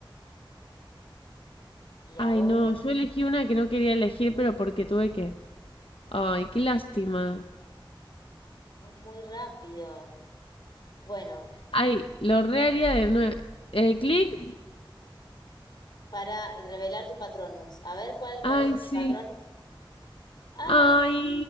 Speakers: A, on the left; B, on the left.
A: Y ahora
B: Ay, no. Yo elegí una que no quería elegir, pero porque tuve que. Ay, qué lástima.
A: es muy rápido. Bueno,
B: Ay, lo reharía de nuevo. Eh, clic.
A: para revelar tu patronus. A ver cuál, cuál
B: Ay,
A: es mi
B: sí.
A: patronus. Ay,
B: Ay,